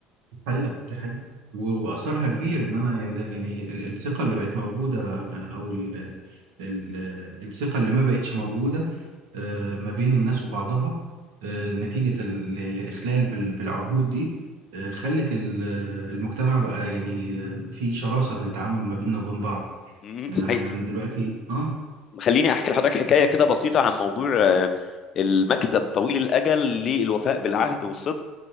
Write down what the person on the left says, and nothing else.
م-
صحيح
خليني احكي لحضرتك حكايه كده بسيطه عن موضوع آه، المكسب طويل الاجل للوفاء بالعهد والصدق